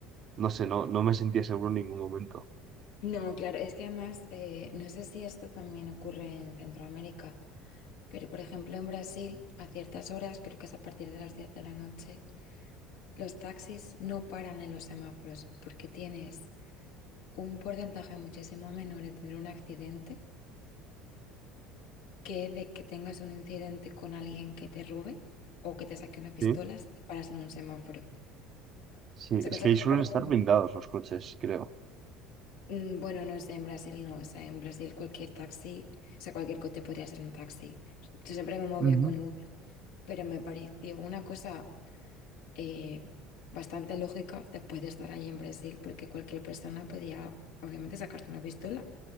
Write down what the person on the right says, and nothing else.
No sé, no, no me sentía seguro en ningún momento.
Sí,
sí,
es
que
ahí suelen
estar blindados los coches, creo.
Ujú,